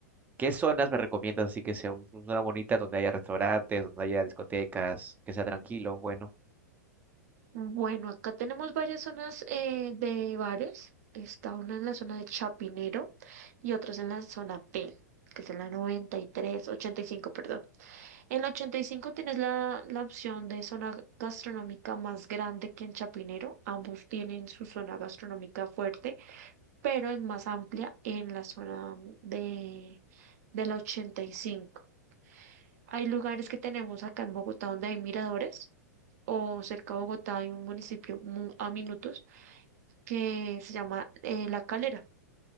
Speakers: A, on the right; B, on the right.
A: ¿Qué zonas me recomiendas así que sea un- una zona bonita donde haya restaurantes, donde haya discotecas, que sea tranquilo? Bueno,
B: Bueno, acá tenemos varias zonas eh, de bares. Está una en la zona de Chapinero y otras en la zona P, que es en la noventa y tres ochenta y cinco, perdón. En la 85 tienes la, la opción de zona gastronómica más grande que en Chapinero. Ambos tienen su zona gastronómica fuerte, pero es más amplia en la zona de, de la 85. Hay lugares que tenemos acá en Bogotá donde hay miradores o cerca de Bogotá hay un municipio mu- a minutos que se llama eh, La Calera.